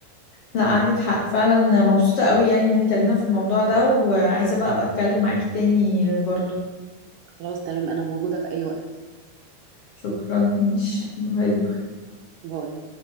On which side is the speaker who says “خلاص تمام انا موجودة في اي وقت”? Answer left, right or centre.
Right